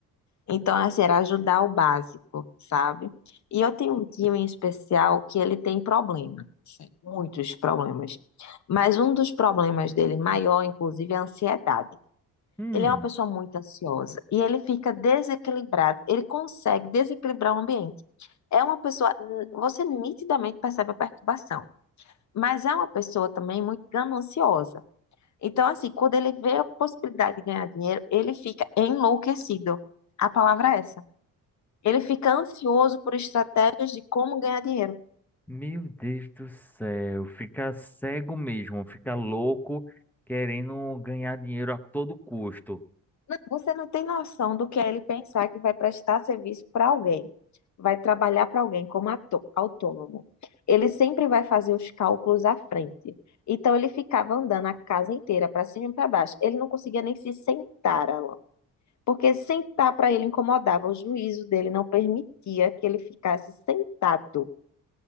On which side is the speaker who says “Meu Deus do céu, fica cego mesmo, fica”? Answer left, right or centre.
Centre